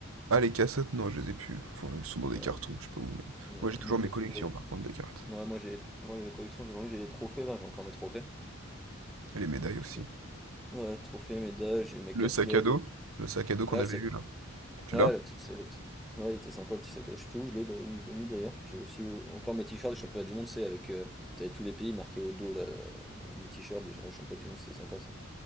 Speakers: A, on the right; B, in the centre.
A: Ah, les cassettes, non, je les ai plus. Enfin, elles sont dans des
B: Ouais,
A: cartons, je sais pas où, mais.
B: ouais,
A: Moi, j'ai toujours
B: moi, j'ai
A: mes collections,
B: toujours les...
A: par contre, de cartes.
B: Ouais, moi, j'ai les tro- moi, les collections, j'ai vraiment j'ai les trophées, là, j'ai encore mes trophées.
A: Et les médailles aussi.
B: Tous les- Ouais, trophées, médailles, j'ai mes
A: Le
B: casquettes,
A: sac à dos? Le sac
B: mes-
A: à dos qu'on
B: ouais,
A: avait
B: le sac...
A: eu, là. Tu
B: Ouais,
A: l'as?
B: la petite... la petite- Ouais, il était sympa, le petit sac, à- je sais plus où je l'ai, d'ailleurs- où je l'ai mis, d'ailleurs. J'ai aussi euh, encore mes t-shirts du championnat du monde, c'est avec... euh, T'avais tous les pays marqués au dos, là, euh, du t-shirt des... au championnat du monde, c'était sympa, ça.